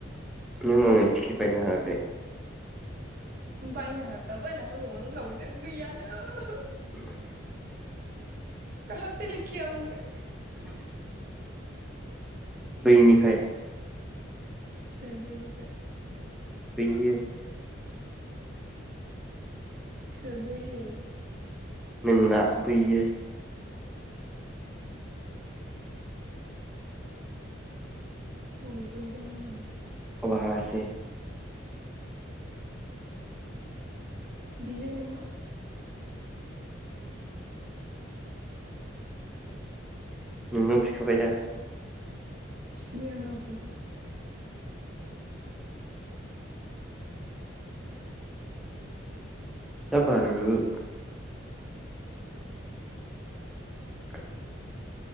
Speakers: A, in the centre; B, on the right.
A: नों आनो टिकिट बायना होआखै
B: बायनो हाबा बायना होगौमोन होनखाबायना गैयानो
A: <inaudible>
B: खाहासे लिखे आवो मे
A: <inaudible> बैनिफ्राय
B: सोर बैनिफ्राय
A: बैयो
B: सोर बैयो
A: नोंना बैयो
B: <unintelligible>
A: उहासे
B: बिहै नोंहा
A: नोंनाव बिखाबाय दा
B: सिनाया आं रावखौबो
A: जा बारुरु <inaudible>